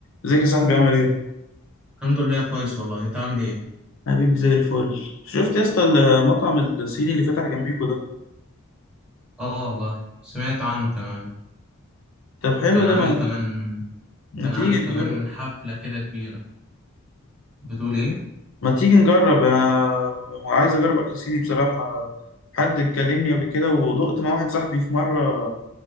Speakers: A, on the left; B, in the centre.
A: ازيك يا صاحبي عامل ايه؟
B: الحمد لله كويس والله انت عامل ايه
A: حبيبي زي الفل شفت يا اسطى المطعم الصيني اللي فتح جنبيكوا ده
B: اه والله سمعت عنه كمان
A: طب حلو
B: كان عامل
A: ده ما,
B: كمان
A: ما
B: كان
A: تيجي
B: عامل كمان
A: نجرب
B: حفلة كده كبيرة بتقول ايه
A: ما تيجي نجرب انا عايز اجرب اكل صيني بصراحة أنا حد اتكلمني قبل كده ودقت مع واحد صاحبي في مرة